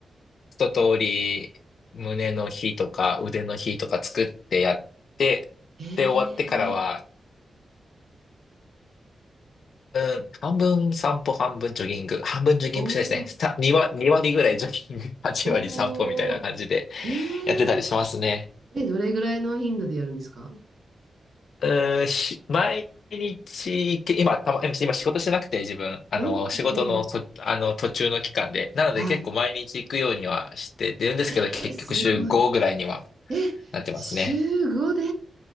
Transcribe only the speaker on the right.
ええ
おお、
おーえ
ええ、どれぐらいの頻度でやるんですか
うん、
ええ、
はい。ええすごい。
え、
週5で